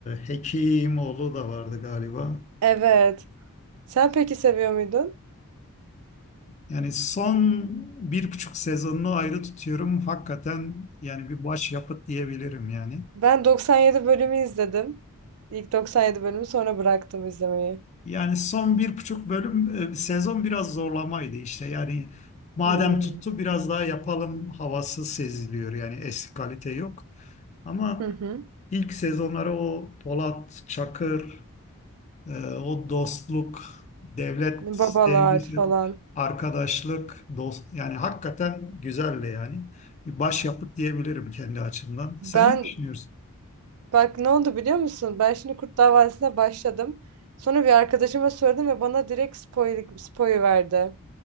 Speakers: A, on the left (about 30°); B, on the right (about 75°).
A: Hekimoğlu da vardı galiba.
B: Evet. Sen peki seviyor muydun?
A: Yani son bir buçuk sezonunu ayrı tutuyorum. Hakikaten yani bir başyapıt diyebilirim yani.
B: Ben 97 bölümü izledim. İlk 97 bölümü sonra bıraktım izlemeyi.
A: Yani son bir buçuk bölüm e, sezon biraz zorlamaydı işte. Yani madem
B: Hmm.
A: tuttu biraz daha yapalım havası seziliyor. Yani eski kalite yok. Ama
B: Hı hı.
A: ilk sezonları o Polat Çakır, e, o dostluk, devlet
B: Babalar
A: sevgisi,
B: falan.
A: arkadaşlık, dost yani hakikaten güzeldi yani. Bir başyapıt diyebilirim kendi açımdan.
B: Ben
A: Sen ne düşünüyorsun?
B: bak ne oldu biliyor musun? Ben şimdi Kurt Davası'na başladım. Sonra bir arkadaşıma sordum ve bana direkt spoil, spoil verdi.